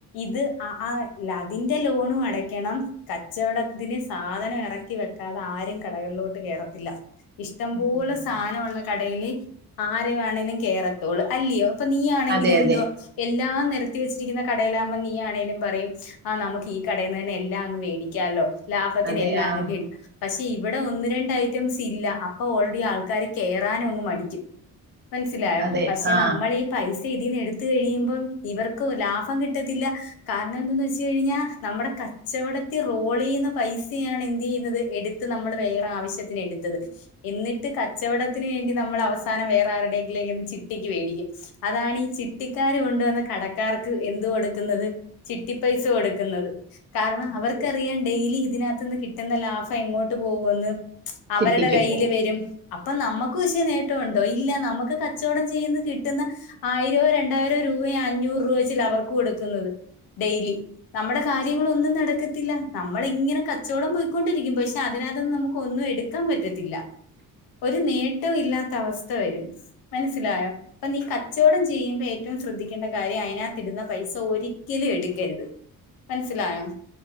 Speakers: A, on the left (about 75°); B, on the right (about 30°).
A: ഇത് ആ ആ ലതിന്റെ ലോണും അടയ്ക്കണം കച്ചവടത്തിന് സാധനം എറക്കി വെക്കാതെ ആരും കടകളിലോട്ട് കേറത്തില്ല. ഇഷ്ടം
B: ഉം
A: പോലെ സാനമുള്ള കടേല് ആരെ വേണമെങ്കിലും കേറത്തോളൂ അല്ലയോ അപ്പ നീ ആണെങ്കിലും
B: അതെ അതെ
A: എന്തുവാ എല്ലാം നിരത്തി വെച്ചിരിക്കുന്ന കടയിലാവുമ്പം നീ ആണെങ്കിലും പറയും ആ നമുക്ക് ഈ കടയിന്നന്നെ എല്ലാം അങ്ങ് വേടിക്കാല്ലോ ലാഭത്തിന്
B: അതെ
A: എല്ലാം
B: ആ
A: അങ്ങ് കി പക്ഷെ ഇവിടെ ഒന്ന് രണ്ട് ഐറ്റംസ് ഇല്ല അപ്പൊ ഓൾറെഡി ആൾക്കാര് കേറാനും അങ്ങ് മടിക്കും. മനസ്സിലായോ
B: അതെ
A: പക്ഷെ
B: ആ
A: നമ്മള് ഈ പൈസ ഇതിന്ന് എടുത്ത് കഴിയുമ്പം ഇവർക്ക്‌ ലാഭം കിട്ടത്തില്ല കാരണം എന്താന്ന് വെച്ച് കഴിഞ്ഞാൽ നമ്മുടെ കച്ചവടത്തിൽ റോൾ ചെയ്യുന്ന പൈസയാണ് എന്ത് ചെയ്യുന്നത് എടു ഇത് നമ്മൾ വേറെ ആവശ്യത്തിന് എടുത്തത് എന്നിട്ട് കച്ചവടത്തിന് വേണ്ടി നമ്മൾ അവസാനം വേറെ ആരുടെയെങ്കിലേന്ന് ചിട്ടിക്ക് മേടിക്കും അതാണ് ഈ ചിട്ടിക്കാര് കൊണ്ടുവന്ന കടക്കാർക്ക് എന്ത് കൊടുക്കുന്നത് ചിട്ടിപ്പൈസ കൊടുക്കുന്നത്. കാരണം അവർക്കറിയാം
B: അതെ
A: ഡെയിലി ഇതിനകത്തു നിന്ന് കിട്ടുന്ന ലാഭം എങ്ങോട്ട് പോവുന്ന് അവരടെ
B: ചിട്ടിക്ക്
A: കയ്യില്
B: പോവും
A: വരും അപ്പൊ നമ്മക്ക് പക്ഷേ നേട്ടവൊണ്ടോ ഇല്ല നമുക്ക് കച്ച ച്ചൊടംചെയ്ത് കിട്ടുന്ന ആയിരോ രണ്ടായിരോ രൂപയോ അഞ്ഞൂറ് രൂപ വെച്ച് ലവർക്ക് കൊടു ക്ന്നത് ഡെയിലി നമ്മടെ കാര്യങ്ങള്
B: അതെ
A: ഒന്നും നടക്കത്തില്ല. നമ്മള് ഇങ്ങനെ കച്ചവടം പോയ്ക്കൊണ്ടിരിക്കും പക്ഷെ അതിനകത്ത്ന്ന് നമുക്ക് ഒന്നും എടുക്കാൻ പറ്റത്തില്ല ഒരു നേട്ടവും ഇല്ലാത്ത അവസ്ഥ വരും മനസ്സിലായോ? അപ്പൊ നീ കച്ചവടം ചെയ്യുമ്പോ ഏറ്റവും ശ്രദ്ധിക്കേണ്ട കാര്യം അതിനകത്തിടുന്ന പൈസ ഒരിക്കലും എടുക്കരുത്. മനസ്സിലായോ